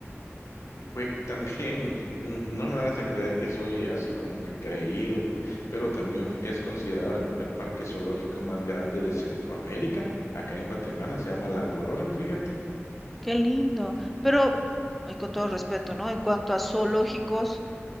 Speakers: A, on the left (about 80°); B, in the centre.
A: Pues <laughs> también n- no me hace creer que soy así como que creído, p- pero también es considerado el, el parque zoológico más grande de Centroamérica. Acá en Guatemala se llama La Aurora, fíjate.
B: Qué lindo. Pero, eh, con todo respeto, ¿no? En cuanto a zoológicos,